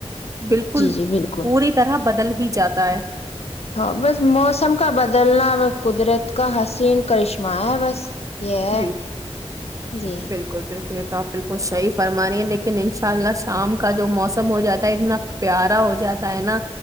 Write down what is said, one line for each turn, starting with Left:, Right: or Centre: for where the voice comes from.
Right: بالکل
Left: جی جی بالکل
Right: پوری طرح بدل ہی جاتا ہے
Left: ہاں بس موسم کا بدلنا ب قدرت کا حسین کرشمہ ہے بس یہ ہے
Right: جی
Left: جی
Right: بالکل بالکل یہ تو آپ بالکل صحیح فرما رہی ہیں لیکن ان شاء اللہ شام کا جو موسم ہو جاتا ہے اتنا پیارا ہو جاتا ہے نا